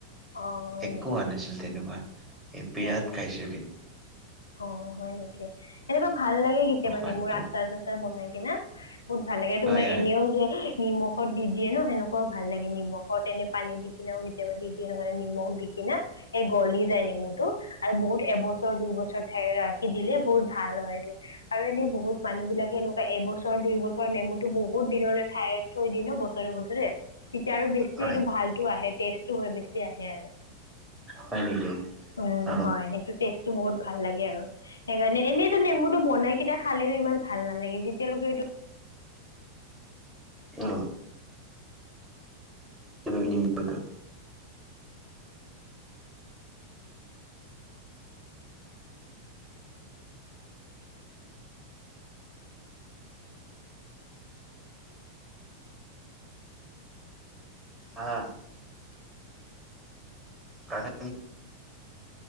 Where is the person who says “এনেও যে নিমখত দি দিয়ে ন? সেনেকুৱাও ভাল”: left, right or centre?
Left